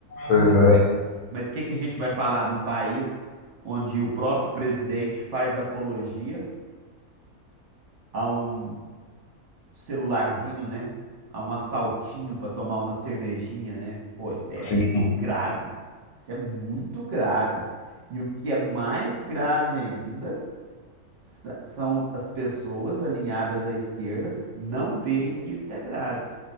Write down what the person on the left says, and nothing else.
Pois é,
sim.